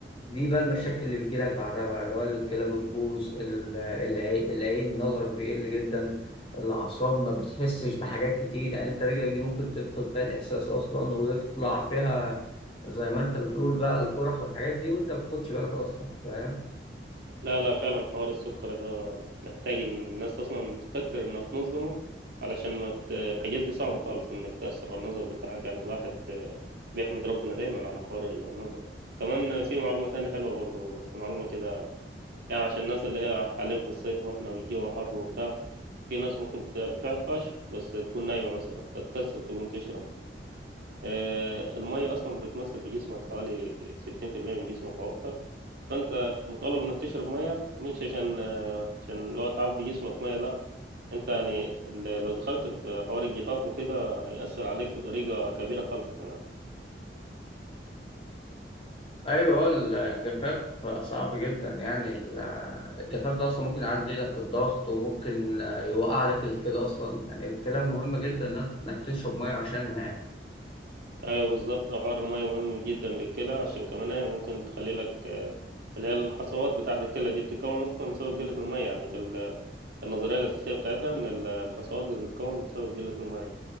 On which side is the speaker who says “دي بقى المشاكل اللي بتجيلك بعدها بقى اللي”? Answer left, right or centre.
Left